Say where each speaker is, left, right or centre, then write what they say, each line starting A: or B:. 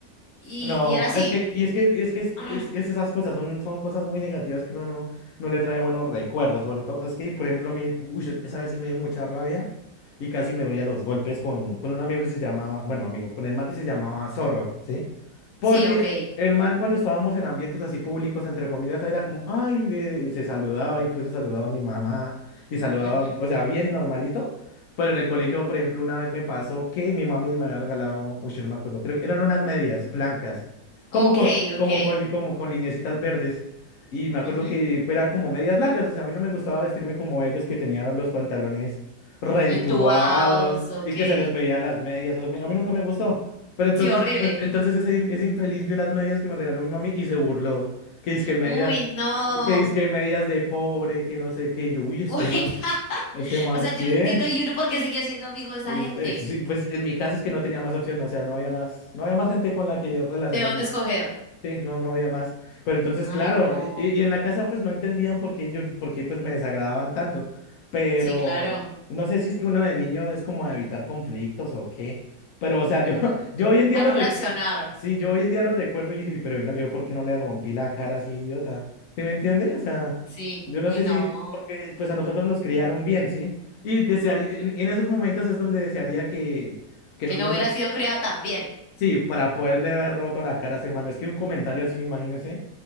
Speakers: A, on the left; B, on the left.
A: Y,
B: no,
A: y era así.
B: es que, y
A: Ent-
B: es que, y es que, es,
A: ah,
B: es- es esas cosas son, son cosas muy negativas que uno no, no le trae buenos recuerdos, sobre todo, es que, por ejemplo, a uy, esa vez sí me dio mucha rabia y casi me voy a los golpes con, con un amigo que se llamaba, bueno, amigo, con el man que se llamaba Zorro, ¿sí? Porque
A: sí, ok.
B: el man cuando estábamos en ambientes así públicos, entre familias, era como, ay, eh, se saludaba, incluso saludaba a mi mamá y saludaba,
A: ujú,
B: o sea, bien normalito. Pero en el colegio, por ejemplo, una vez me pasó que mi mami me había regalado, uy, yo no me acuerdo, creo que eran unas medias blancas, como
A: Ok,
B: con, como
A: ok.
B: con, li- como con lineecitas verdes. Y me acuerdo
A: ujú,
B: que eran como medias largas, o sea, a mí no me gustaba vestirme como ellos que tenían los pantalones rentuados
A: Entubados, ok.
B: y que se les veía las medias. o sea, a mí, a mí nunca me gustó. Pero entonces,
A: Sí, horrible.
B: ent- entonces ese, ese infeliz vio las medias que me regaló mi mami y se burló. Que es que medias,
A: Uy, no.
B: que es que medias de pobre, que no sé qué. y Yo, uy, este
A: Uy,
B: man,
A: <laughs>
B: este man,
A: O sea,
B: ¿qué?
A: yo no entiendo y uno por qué seguía siendo amigo de esa
B: Pues,
A: gente.
B: eh, sí, pues en mi caso es que no tenía más opción, o sea, no había más, no había más gente con la que relacionarme.
A: ¿De dónde escoger?
B: Sí, no, no había más. Pero entonces,
A: Ay,
B: claro,
A: no.
B: y, y- y en la casa pues no entendían por qué yo, por qué pues me desagradaban tanto. Pero
A: Sí, claro.
B: no sé si es que uno de niño es como a evitar conflictos o qué. Pero, o sea, yo, <laughs> yo hoy en día
A: A
B: lo
A: no
B: recu-
A: reaccionar.
B: sí, yo hoy en día lo recuerdo y dije, pero venga, yo por qué no le rompí la cara así, idiota. ¿Sí me entiende? O sea,
A: Sí.
B: yo
A: Uy,
B: no sé
A: no.
B: si, porque pues a nosotros nos criaron bien, ¿sí? Y desearía, en, en esos momentos es donde desearía que, que
A: Que
B: no nos
A: no hubiera sido creada tan bien.
B: Sí, para poderle haber roto la cara a ese mano. Es que un comentario así, imagínese.